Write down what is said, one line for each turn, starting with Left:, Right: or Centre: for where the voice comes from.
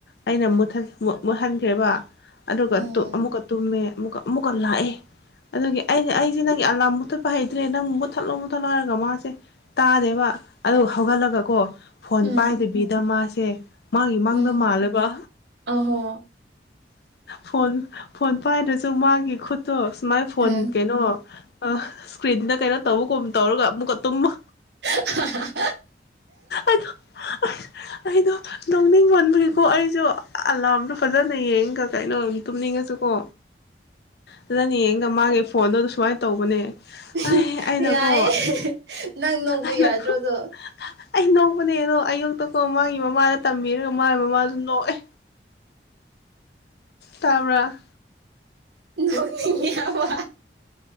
Left: ꯑꯩꯅ ꯃꯨꯠꯍꯟꯈ꯭ꯔꯦꯕꯥ ꯑꯗꯨꯒꯥ
Right: ꯎꯝ
Left: ꯑꯃꯨꯛꯀꯥ ꯇꯨꯝꯃꯦ ꯑꯃꯨꯛꯀꯥ꯫ ꯑꯃꯨꯛꯀꯥ ꯂꯥꯛꯑꯦ ꯑꯗꯒꯤ ꯑꯩꯁ ꯑꯩꯁꯤ ꯅꯒꯤ ꯑ°ꯂꯥꯝ ꯃꯊꯠꯄ ꯍꯩꯇ꯭ꯔꯦ ꯅꯪ ꯃꯨꯠꯊꯠꯂꯣ ꯃꯨꯠꯊꯠꯂꯣ ꯍꯥꯏꯔꯒꯥ ꯃꯥꯁꯦ ꯇꯥꯗꯦꯕꯥ꯫ ꯑꯗꯨ ꯒꯥ ꯍꯧꯒꯠꯂꯒꯀꯣ ꯐꯣꯟ
Right: ꯎꯝ
Left: ꯄꯥꯏꯗꯕꯤꯗꯥ ꯃꯥꯁꯦ ꯃꯥꯒꯤ ꯃꯪꯗ
Right: ꯎꯝ
Left: ꯃꯥꯜꯂꯦꯕꯥ꯫
Right: ꯑꯍꯣ
Left: ꯐꯣꯟ ꯐꯣꯟ ꯄꯥꯏꯗꯔꯁꯨ ꯃꯥꯒꯤ ꯈꯨꯠꯇꯣ ꯁꯨꯃꯥꯏ ꯐꯣꯟ
Right: ꯎꯝ
Left: ꯀꯩꯅꯣ ꯑ ꯏꯁꯀ꯭ꯔꯤꯟꯗ ꯀꯩꯅꯣ ꯇꯧꯕꯒꯨꯝ ꯇꯧꯔꯒ ꯑꯃꯨꯛꯀ ꯇꯨꯝꯃꯥ
Right: <unintelligible>
Left: ꯑꯗꯣ ꯑꯁ ꯑꯩꯗꯣ ꯅꯣꯡꯅꯤꯡ ꯃꯟꯕꯒꯤꯀꯣ ꯑꯩꯁꯨ ꯑꯂꯥꯝꯗꯣ ꯐꯖꯅ ꯌꯦꯡꯉꯒ ꯀꯩꯅꯣ ꯇꯨꯝꯅꯤꯡꯉꯁꯨ ꯀꯣ ꯐꯖꯅꯥ ꯌꯦꯡꯉꯒꯥ ꯃꯥꯒꯤ ꯐꯣꯟꯗꯣ ꯁꯨꯃꯥꯏꯅ ꯇꯧꯕꯅꯦ
Right: ꯏꯍꯤꯡ
Left: ꯑꯩ ꯑꯩꯅꯀꯣ
Right: ꯌꯥꯏꯌꯦ ꯅꯪ ꯅꫭꯛꯄ
Left: ꯑꯩꯅꯀꯣ
Right: ꯌꯥꯗ꯭ꯔꯣꯗꯣ ꯑꯗꫭ
Left: ꯑꯩ ꯅꯣꯛꯄꯅꯦ ꯑꯗꯣ ꯑꯌꯨꯛꯇꯀꯣ ꯃꯥꯒꯤ ꯃꯃꯥꯗ ꯇꯝꯕꯤꯔꯒ ꯃꯥꯒꯤ ꯃꯃꯥꯁꯨ ꯅꯣꯛꯑꯦ ꯇꯥꯕ꯭ꯔꯥ
Right: ꯅꯣꯛꯅꯤꯡꯉꯦ ꯍꯥꯏꯕ